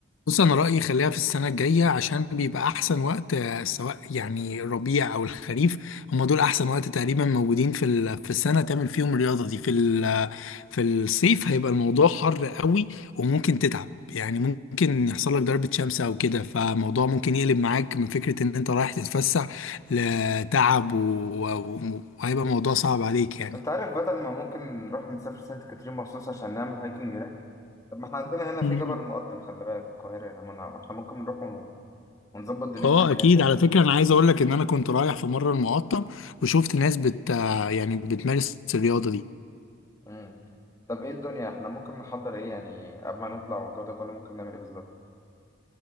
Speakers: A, on the left (about 75°); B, on the left (about 15°).
A: بص انا رأيي خليها في السنة الجاية عشان بيبقى احسن وقت آه، سواء يعني الربيع او الخريف هم دول احسن وقت تقريبا موجودين في ال- في السنة تعمل فيهم الرياضة دي في ال- في الصيف هيبقى الموضوع حر قوي وممكن تتعب يعني ممكن يحصل لك ضربة شمس او كده فالموضوع ممكن يقلب معاك من فكرة ان انت رايح تتفسح لتعب و- و- وهيبقى الموضوع صعب عليك
B: انت عارف بدل ما ممكن نروح نسافر سانت كاترين مخصوص عشان نعمل هايكنج هناك طب ما احنا عندنا هنا
A: يعني
B: في جبل المقطم خلي بالك في القاهرة يعني ما أنا- ما احنا ممكن نروح ون- ونظبط دنيتنا
A: اه
B: هناك
A: اكيد
B: يعني
A: على
B: فاهم
A: فكره انا عايز اقول لك ان انا كنت رايح في مره المقطم وشفت ناس بت يعني بتمارس الرياضه دي
B: امم طب ايه الدنيا احنا ممكن نحضر ايه يعني قبل ما نطلع والجو ده كله ممكن نعمل ايه بالظبط